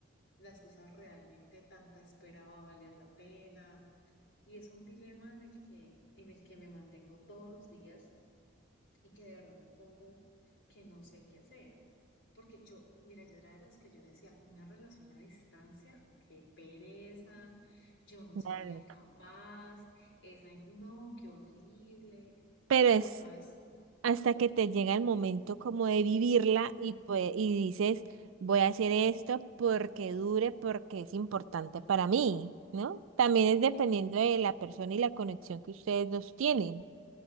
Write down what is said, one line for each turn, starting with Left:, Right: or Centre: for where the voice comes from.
Left: las cosas realmente tanta espera va a valer la pena. Y es un dilema en el que, en el que me mantengo todos los días y que de verdad me pongo que no sé qué hacer. Porque yo, mira, yo era de las que yo decía, una relación a distancia, qué pereza, yo no
Right: claro.
Left: sería capaz, esa, no, qué horrible,
Right: Pero
Left: pero
Right: es
Left: sabes,
Right: hasta que te llega el momento como de vivirla y, pues, y dices, voy a hacer esto porque dure, porque es importante para mí, ¿no? También es dependiendo
Left: Eh,
Right: de la persona y la conexión que ustedes dos tienen.